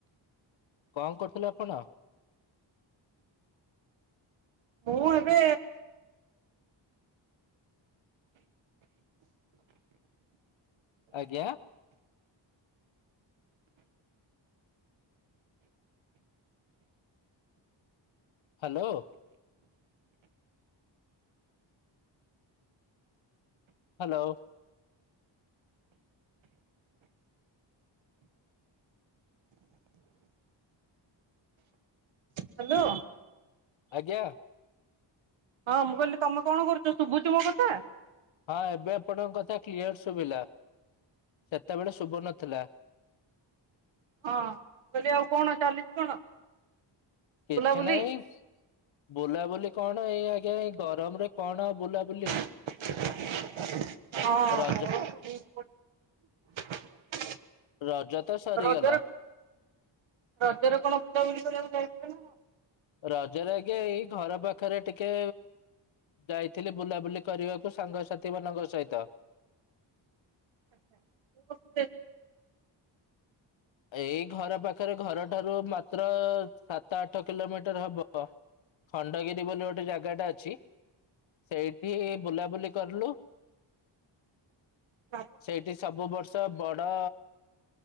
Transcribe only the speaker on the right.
ମୁଁ ଏବେ
ହ୍ୟାଲୋ।
ହଁ ମୁଁ କହିଲି ତମେ କଣ କରୁଛ? ଶୁଭୁଛି ମୋ କଥା।
ହଁ କହ ଆଉ କଣ ଚାଲିଛି କଣ?
ବୁଲାବୁଲି
<unintelligible> ହଁ
<inaudible>
ରଜରେ ରଜରେ କଣ ବୁଲାବୁଲି କରିବାକୁ ଯାଇଥିଲେ ନା କଣ?
<inaudible>
ହଁ